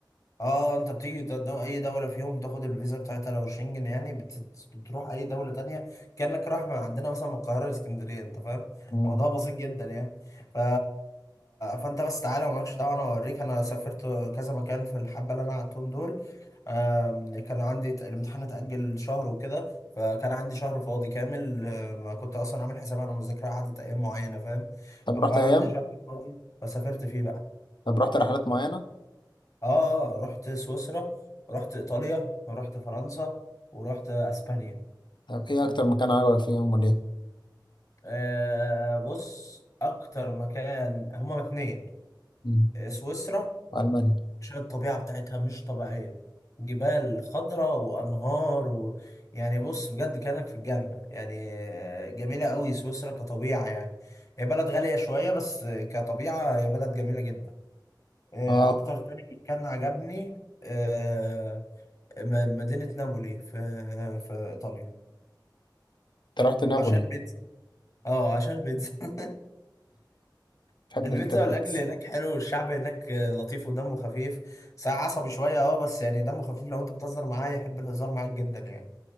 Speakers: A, on the left; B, on the left.
A: اه انت بتيجي ت- دو- اي دولة فيهم تاخد الفيزا بتاعتها لو شنجن يعني بت- بتروح اي دولة تانية كأنك رايح من عندنا مثلا من القاهرة لاسكندرية انت فاهم
B: مم.
A: الموضوع بسيط جدا يعني ف... فانت بس تعالى ومالكش دعوة انا اوريك انا سافرت كذا مكان في الحبة اللي انا قعدتهم دول آم، كان عندي ت- الامتحان اتأجل شهر وكده فكان عندي شهر فاضي كامل آم، كنت اصلا عامل حساب على مذاكرة قعدت ايام معينة فاهم
B: طب
A: فبقى
B: رحت ايام
A: عندي شهر فاضي فسافرت فيه بقى
B: طب رحت رحلات معينة
A: اه اه رحت سويسرا رحت ايطاليا ورحت فرنسا ورحت اسبانيا
B: طب ايه اكتر مكان عجبك فيهم وليه
A: آه بص اكتر مكان هما اتنين
B: مم.
A: آه، سويسرا
B: في المانيا
A: عشان الطبيعة بتاعتها مش طبيعية جبال خضراء وانهار و... يعني بص بجد كانك في الجنة يعني آه، جميلة قوي سويسرا كطبيعة يعني هي بلد غالية شوية بس كطبيعة هي بلد جميلة جدا آه،
B: اه
A: اكتر تاني كان عجبني آه، م- مدينة نابولي في في إيطاليا
B: انت رحت نابولي
A: عشان بيتزا اه عشان بيتزا <laughs>
B: تحب
A: البيتزا
B: انت البيتس
A: والأكل هناك حلو والشعب هناك لطيف ودمه خفيف ساعة عصبي شوية اه بس يعني دمه خفيف لو أنت بتهزر معاه يحب الهزار معاك جدا يعني